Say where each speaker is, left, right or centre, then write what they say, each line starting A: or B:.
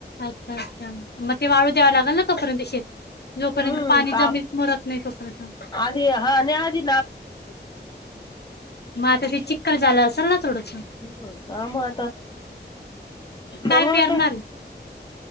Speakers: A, on the left; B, on the left.
A: अच्छा अच्छा मग ते वाळू द्यावा लागेल ना तोपर्यंत शेती. जोपर्यंत
B: हम्म
A: पाणी
B: का
A: जमीत मुरत नाही तोपर्यंत.
B: आधी हा नाही आधी
A: <inaudible> ते
B: ह
A: चिक्कल झालं असेल ना थोडस
B: का मग आता. करू
A: काय पेरणार.
B: आता